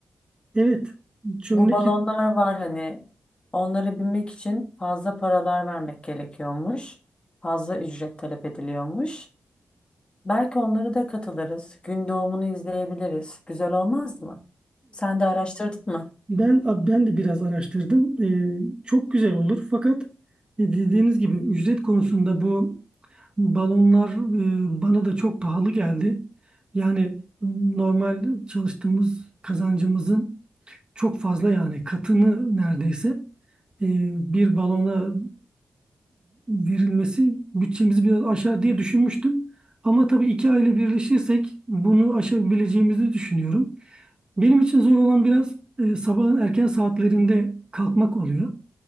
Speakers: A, on the right (about 25°); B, on the left (about 25°).
A: Evet, çömlek
B: Bu balonlar var hani onlara binmek için fazla paralar vermek gerekiyormuş. Fazla ücret talep ediliyormuş. Belki onlara da katılırız. Gün doğumunu izleyebiliriz. Güzel olmaz mı? Sen de araştırdın mı?
A: Ben, ab- ben de biraz araştırdım. Ee, çok güzel olur. Fakat e, dediğiniz gibi ücret konusunda bu balonlar e, bana da çok pahalı geldi. Yani normal çalıştığımız kazancımızın çok fazla yani katını neredeyse e, bir balona verilmesi bütçemizi biraz aşar diye düşünmüştüm. Ama tabii iki aile birleşirsek bunu aşabileceğimizi düşünüyorum. Benim için zor olan biraz e, sabahın erken saatlerinde kalkmak oluyor.